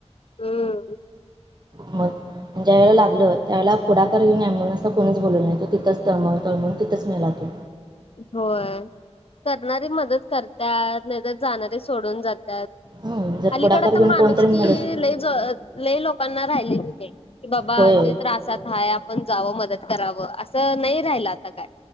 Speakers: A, on the left; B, on the right.
A: हम्म.
B: मग -- आणि ज्यावेेळे लागलं त्यावेळेला पुढाकार घेऊन ॲम्बुलन्सला कोणीच बोलू नाही तिंच तळमळून तळमळुन तिंतच मेला तो.
A: होय. करणारी मदत करत्यात नाही तर, जाणारे सोडून जात्यात.
B: हं, जर
A: अलीकड
B: पुढाकार
A: तर
B: घेऊन
A: माणूस
B: कोणतरी
A: की
B: मदत
A: लई ज लई लोकांना राहिलेली नाही. कि बाबा
B: होय
A: ते त्रासात हाय, आपण जावं मदत करावं. असं नाही राहिल आता काय.